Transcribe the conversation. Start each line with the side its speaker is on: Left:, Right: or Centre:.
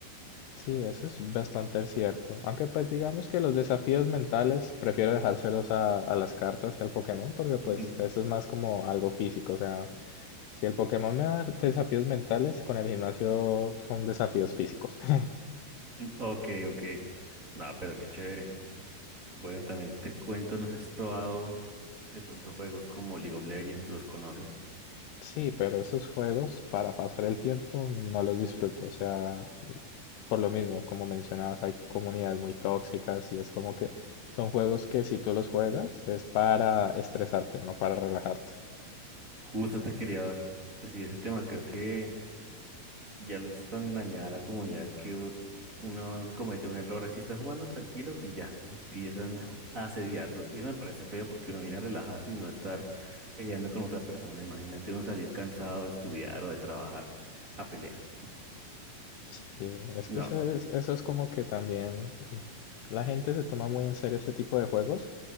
Left: Sí, eso es bastante cierto. Aunque pues digamos que los desafíos mentales prefiero dejárselos a, a las cartas y al Pokémon porque pues
Right: <laughs>
Left: esto es más como algo físico. O sea, Si el Pokémon me da desafíos mentales, con el gimnasio son desafíos físicos. <laughs>
Right: Ok, ok. No, pero qué chévere. Bueno, también te cuento, no sé si has probado de pronto juegos como League of Legends, ¿los conoces?
Left: Sí, pero esos juegos para pasar el tiempo no los disfruto. O sea, por lo mismo, como mencionabas, hay comunidades muy tóxicas y es como que son juegos que si tú los juegas es para estresarte, no para relajarte.
Right: Justo te quería decir ese tema, creo que... Ya es tan dañada la comunidad que u- uno comete un error así, está jugando tranquilo y ya empiezan a asediarlo. Y eso me parece feo porque uno viene a relajarse y no estar peleando con otra persona. Imagínate uno salir cansado de estudiar o de trabajar a pelear.
Left: Sí, es
Right: No,
Left: que eso es, eso es como que también la gente se toma muy en serio ese tipo de juegos